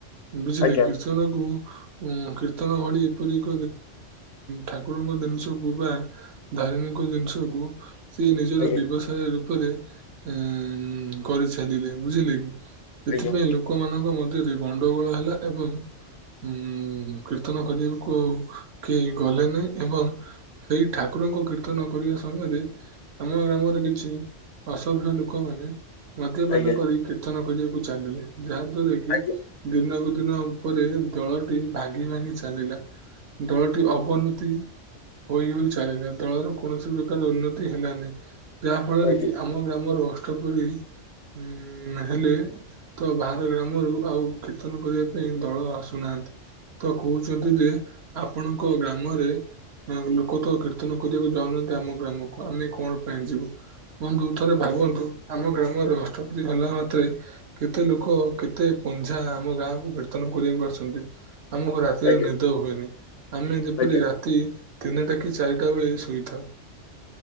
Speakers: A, on the right; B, on the left.
A: ବୁଝିଲେ
B: ଆଜ୍ଞା
A: କୀର୍ତ୍ତନ କୁ ଉଁ କୀର୍ତ୍ତନ ଭଳି ପରିକ ଠାକୁରଙ୍କ ଜିନିଷକୁ ବା ଧାର୍ମିକ ଜିନିଷକୁ ସିଏ ନିଜର
B: ଆଜ୍ଞା
A: ବ୍ୟବସାୟ ରୂପରେ ଉଁ କରିଚାଲିଲେ ବୁଝିଲେ କି? ସେଥିପାଇଁ
B: ଆଜ୍ଞା
A: ଲୋକମାନଙ୍କ ମଧ୍ୟ ଧ୍ୟ ରେ ଗଣ୍ଡଗୋଳ ହେଲା ଏବଂ ଉଁ କୀର୍ତ୍ତନ କରିବାକୁ କୁ କେହି ଗଲେନି ଏବଂ ସେଇ ଠାକୁରଙ୍କୁ କୀର୍ତ୍ତନ କରିବା ସମୟରେ ଆମ ଗ୍ରାମରେ କିଛି ଅସଭ୍ୟ ଲୋକମାନେ ମଦ୍ୟପାନ
B: ଆଜ୍ଞା
A: କରି କୀର୍ତ୍ତନ କରିବାକୁ ଚାଲିଲେ ଯାହା ଦ୍ଵାରା କି
B: ଆଜ୍ଞା
A: ଦିନକୁ ଦିନ ଉପରେ ଦଳଟି ଭାଙ୍ଗି ଭାଙ୍ଗି ଚାଲିଲା ଦଳଟି ଅବନତି ହୋଇ ହୋଇ ଚାଲିିଲା ଦଳର କୌଣସି ପ୍ରକାର ଉନ୍ନତି ହେଲାନି। ଯାହା ଫଳରେ
B: ଆଜ୍ଞା
A: କି ଆମ ଗ୍ରାମର ଅଷ୍ଟପରୀ ଉଁ ହେଲେ ତ ବାହାର ଗ୍ରାମରୁ ଆଉ କୀର୍ତ୍ତନ କରିବା ପାଇଁ ଦଳ ଆସୁନାହାନ୍ତି। ତ କହୁଛନ୍ତି ଯେ ଆପଣଙ୍କ ଗ୍ରାମରେ ଲୋକ ତ କୀର୍ତ୍ତନ କରିବାକୁ ଯାଉନାହାନ୍ତି ଆମ ଗ୍ରାମକୁ ଆମେ କଣ ପାଇଁ ଯିବୁ। ବନ୍ଧୁ ଥରେ ଭାବନ୍ତୁ ଆମ ଗ୍ରାମରେ ଅଷ୍ଟପରି ହେଲା ମାତ୍ରେ କେତେ ଲୋକ କେତେ ପଞ୍ଝା ଆମ ଗାଁକୁ କୀର୍ତ୍ତନ କରିବାକୁ ଆସନ୍ତି। ଆମକୁ ରାତିରେ
B: ଆଜ୍ଞା
A: ନିଦ ହୁଏନି ଆମେ ଯେପରି
B: ଆଜ୍ଞା
A: ରାତି ତିନିଟା କି ଚାରିଟା ବେଳେ ଶୋଇଥାଉ।